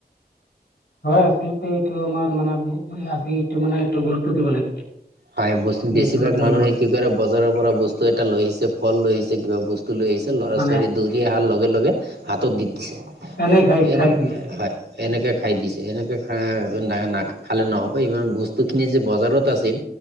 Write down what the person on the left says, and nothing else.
হয় আচলতে এইটো আমাৰ মানে আজি এইটো মানে এইটো গুৰুত্ব দিব লাগিব
এইটো বিষয়বোৰত
মানে
এনেই খাই
খাই দিয়ে